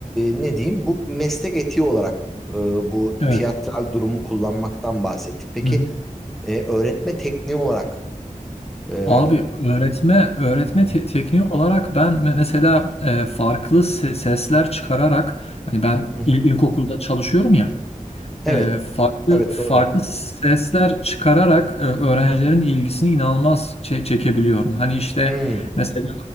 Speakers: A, in the centre; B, on the left.
A: e, ne diyeyim bu meslek etiği olarak e, bu
B: Evet.
A: tiyatral durumu kullanmaktan bahsettik. Peki
B: Hı-hı.
A: e, öğretme tekniği olarak e,
B: Abi öğretme öğretme
A: Hı hı.
B: te- tekniği olarak ben me- mesela e, farklı se- sesler çıkararak hani ben
A: Hı hı.
B: il- ilkokulda çalışıyorum ya
A: evet
B: e, farklı
A: evet
B: farklı
A: doğru.
B: sesler çıkararak e, öğrencilerin ilgisini inanılmaz çe- çekebiliyorum. Hani işte
A: Hmm,
B: mesela